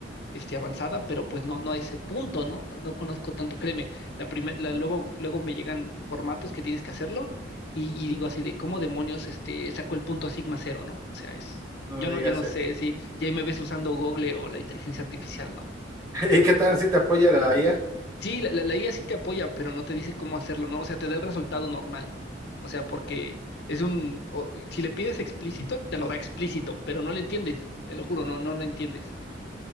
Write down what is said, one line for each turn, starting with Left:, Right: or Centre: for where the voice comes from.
Left: este, avanzada, pero pues no, no a ese punto, ¿no? No, no conozco tanto, créeme. La primer- la- luego, luego me llegan formatos que tienes que hacerlo y, y digo así de cómo demonios este, sacó el punto a sigma cero, ¿no? O sea, es,
Right: No
Left: yo
Right: me digas.
Left: no, yo no sé
Right: eh.
Left: si ya ahí me ves usando Google o la inteligencia artificial, ¿no?
Right: <laughs> ¿Y qué tal si te apoya la IA?
Left: Sí, la, la, la IA sí te apoya, pero no te dice cómo hacerlo, ¿no? O sea, te da el resultado normal. O sea, porque es un, o- si le pides explícito, te lo da explícito, pero no lo entiendes, te lo juro, no, no lo entiendes.